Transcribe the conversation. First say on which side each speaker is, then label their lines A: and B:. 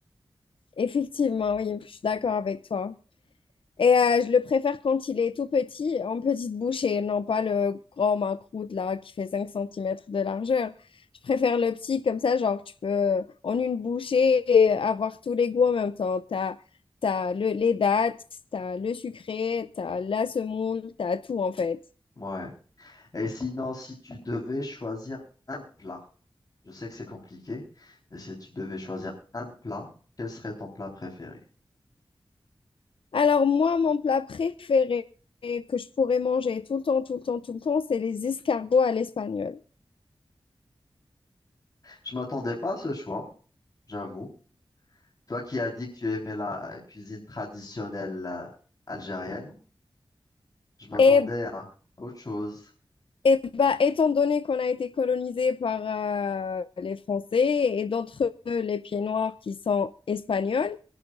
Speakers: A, on the left (about 75°); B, on the left (about 45°).
A: Effectivement, oui, je suis d'accord avec toi. Et euh, je le préfère quand il est tout petit, en petite bouche, et non pas le grand macroute là qui fait 5 centimètres de largeur. Je préfère le petit comme ça, genre tu peux euh, en une bouchée et avoir tous les goûts en même temps. T'as, t'as le, les dattes, t'as le sucré, t'as la semoule, t'as tout en fait.
B: Ouais. Et sinon, si tu devais choisir un plat, je sais que c'est compliqué, mais si tu devais choisir un plat, quel serait ton plat préféré?
A: Alors moi, mon plat préféré que je pourrais manger tout le temps, tout le temps, tout le temps, c'est les escargots à l'espagnol.
B: Je m'attendais pas à ce choix, j'avoue. Toi qui as dit que tu aimais la euh, cuisine traditionnelle euh, algérienne, je m'attendais
A: Et,
B: à autre chose.
A: et bah, étant donné qu'on a été colonisé par euh, les Français et d'entre eux les pieds noirs qui sont espagnols,